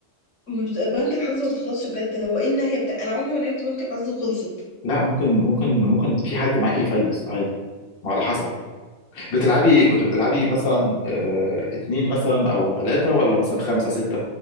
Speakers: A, on the left; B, on the left.
A: ما بت- بنك الحظ ما بتخلصش بجد هو ايه النهايه بتاع انا عمري ما لعبت بنك الحظ وخلصت
B: لا ممكن ممكن ممكن في حد معاكي يفلس عادي ما على حسب بتلعبي كنت بتلعبي مثلا آه اتنين مثلا او ثلاثه ولا مثلا خمسه سته